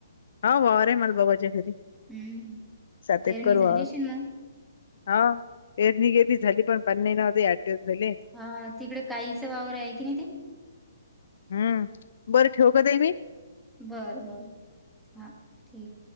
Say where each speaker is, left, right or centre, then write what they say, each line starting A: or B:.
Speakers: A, on the left; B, in the centre.
A: हाव वावर आहे बाबाच्या घरी
B: हम्म.
A: सात
B: पेरणी
A: एकर वावर.
B: झाली अशीन मग?
A: हा येर नि गेली झाली पण पण नाही <unintelligible> आठ दिवस झाले.
B: हा.. तिकडे काईच वावर आहे. की नाही ते,
A: हम्म बरं ठेवू का ताई मी?
B: बर बर हा ठीक.